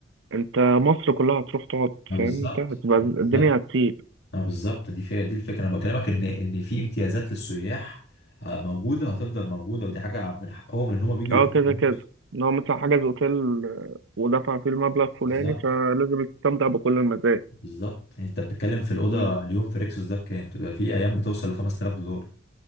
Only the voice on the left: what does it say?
ما بالظبط
ما
بالظبط
ما بالظبط دي فيها دي الفكره انا بكلمك ان ان في امتيازات للسياح آه، موجوده وهتفضل موجوده ودي حاجه من حقهم لان هم بيجوا
يدفعوا
فلوس
بالظبط
بالظبط يعني انت بتتكلم في الاوضه
اليوم في ريكسوس ده بكام؟ بتبقى في ايام بتوصل ل 5000 دولار